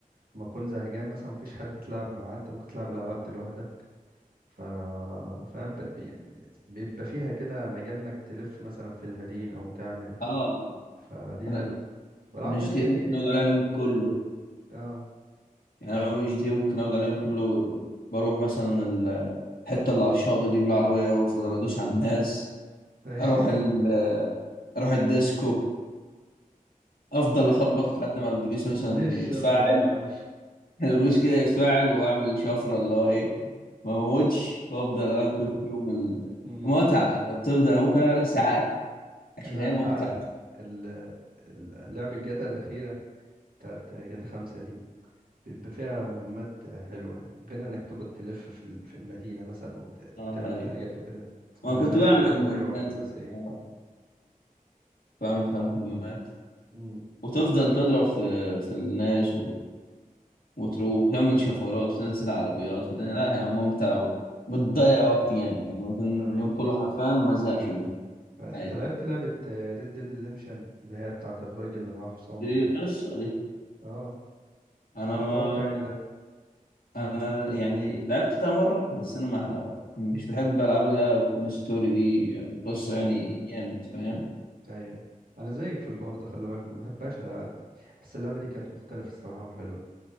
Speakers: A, on the right (about 80°); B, on the left (about 80°).
A: لما تكون زهقان مثلا مفيش حد تلعب معاه انت ممكن تلعب الالعاب دي لوحدك ف فاهم ب... ب- يعني بيبقى فيها كده مجال انك تلف مثلا في المدينه او تعمل
B: اه
A: فدي
B: انا
A: حلو والعاب
B: انا جي
A: تاني
B: تي
A: كتير
B: اي ممكن
A: يعني
B: اقعد عليها اليوم كله
A: اه
B: يعني انا جي تي اي ممكن اقعد عليها اليوم كله بروح مثلا الحته اللي على الشاطئ دي بالعربيه وافضل ادوس على الناس
A: أيوة.
B: اروح ال آه، اروح الديسكو افضل
A: <laughs> انت
B: اخبط لحد ما البوليس مثلا
A: ليه الشر
B: يتفاعل
A: ده يا عم
B: <laughs> البوليس كده يتفاعل واعمل شفره اللي هو ايه ما بموتش وافضل انكش فيهم ال-
A: مم.
B: متعه ده بتفضل انا ممكن اعملها ساعات عشان
A: لا
B: هي
A: انت
B: ممتعه
A: عارف ال- ال- لعبة جاتا الأخيرة بتاعت جاتا خمسة دي بيبقى فيها مهمات حلوة يعني غير انك تقعد تلف في ال- في المدينة مثلا وتعمل
B: آه أيوة.
A: حاجات وكده
B: ما
A: المهمات
B: كنت بعمل
A: بتاعتها
B: مهمات
A: حلوة وحماسية
B: فيها آه، بعمل فيها مهمات
A: امم
B: وتفضل تضرب في في الناس وتروح وتعمل شفرات وتنزل عربيات وده لا هي ممتع وبتضيع وقت جامد يعني ممكن
A: اه
B: اليوم كله حرفيا ما زهقش منه
A: انت
B: عادي
A: لعبت لعبة ريد ديد ريديمشن اللي هي بتاعت الراجل اللي معاه حصان
B: دي
A: ده
B: قصة دي
A: اه
B: أنا
A: ده
B: ما
A: حوار تاني ده
B: أنا يعني لعبتها مرة بس أنا ما مش بحب ألعاب اللي هي بتكون ستوري دي يعني قصة
A: امم
B: يعني جامد فاهم
A: ايوه انا زيك في الحوار ده خلي بالك ما بحبهاش الالعاب دي بس اللعبة دي كانت مختلفة الصراحة وحلوة